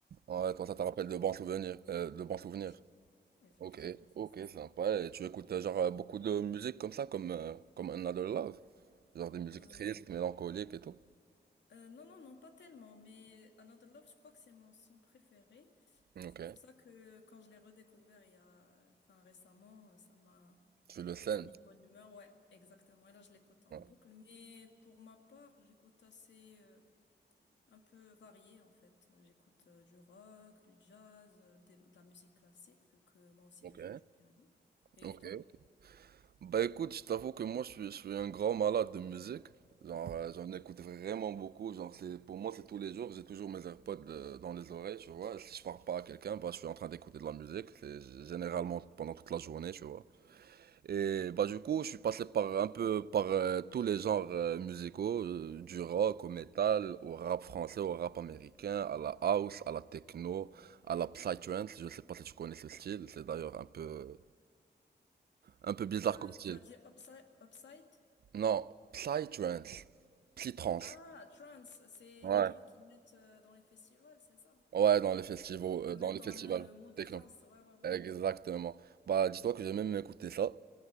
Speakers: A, on the right; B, on the left.
A: Ouais, toi,
B: ça
A: ça te rappelle
B: me...
A: de bons souvenirs, euh, de bons souvenirs.
B: Effectivement. Effectivement,
A: Ok,
B: c'est
A: ok,
B: ça.
A: sympa. Et tu écoutes, euh, genre, euh, beaucoup de musique comme ça, comme, euh, comme Another Love. Genre des musiques
B: Euh,
A: tristes, mélancoliques et tout.
B: euh, non, non, non, pas tellement. Mais Another Love, je crois que c'est mon son préféré.
A: Ok.
B: C'est pour ça que quand je l'ai redécouvert il y a... Enfin, récemment, euh, ça m'a...
A: Tu le
B: Ça
A: sens.
B: m'a mis de bonne humeur. Ouais, exactement. Et là, je l'écoute en
A: Ouais.
B: boucle. Mais pour ma part, j'écoute assez... euh, un peu varié en fait. Euh, J'écoute euh, du rock, du jazz, euh, des- de la musique classique vu que moi aussi
A: Ok.
B: je joue du piano. Et
A: Ok.
B: toi?
A: Bah écoute, je t'avoue que moi je suis, je suis un grand malade de musique. Genre, euh, j'en écoute vraiment beaucoup. Genre, c'est, pour moi, c'est tous les jours. J'ai toujours mes AirPods euh, dans les oreilles, tu vois. Si je parle pas à quelqu'un, bah, je suis en train d'écouter de la musique. C'est généralement pendant toute la journée, tu vois. Et bah, du coup, je suis passé par un peu par euh, tous les genres euh, musicaux, euh, du rock au métal, au rap français, au rap américain, à la house, à la techno, à la psytrance. Je sais pas si tu connais ce style. C'est d'ailleurs un peu, un peu bizarre
B: Euh,
A: comme style.
B: tu as dit upside, upside?
A: Non, Psytrance. Psytrance.
B: Ah, trance, c'est
A: Ouais.
B: les trucs qu'ils mettent euh, dans les festivals, c'est ça?
A: Ouais, dans les festivals,
B: Qui te
A: euh,
B: mettent
A: dans les
B: dans
A: festivals
B: le mood
A: techno.
B: trance. Ouais, ouais, ouais,
A: Exactement.
B: ouais.
A: Bah, dis-toi que j'ai même écouté ça.